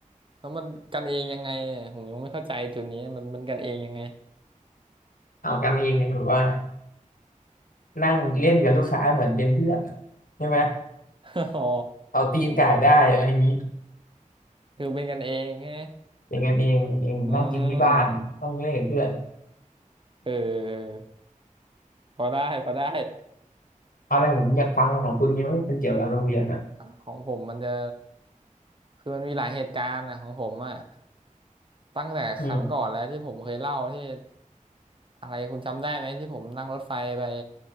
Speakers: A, on the right (about 40°); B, on the left (about 85°).
A: แล้วมันกันเองยังไงอะผมยังไม่เข้าใจจุดนี้มันมันกันเองยังไง
B: เอากันเองไงแบบว่านั่งเล่นกับลูกค้าเหมือนเป็นเพื่อนใช่ไหม
A: <laughs> อ๋อ
B: เอาตีนก่ายได้อะไรอย่างนี้
A: คือเป็นกันเองไง
B: เป็นกันเองเป็นกันเองนั่งกินที่บ้านต้องเล่นกับเพื่อน
A: อืมเออพอได้พอได้
B: เอาในผมอยากฟังของคุณมีไหมเป็นเกี่ยวกับโรงเรียนอ่ะ
A: <laughs> ของผมมันจะ คือมันมีหลายเหตุการณ์นะของผมอะตั้งแต่ครั้งก่อนแล้วที่ผมเคยเล่าที่
B: อืม
A: อะไรคุณจำได้ไหมที่ผมนั่งรถไฟไป